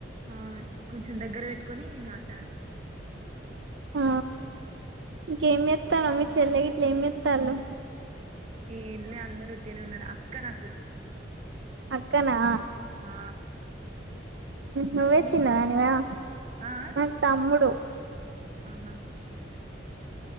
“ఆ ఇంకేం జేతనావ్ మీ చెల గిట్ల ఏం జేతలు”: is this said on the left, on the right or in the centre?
Right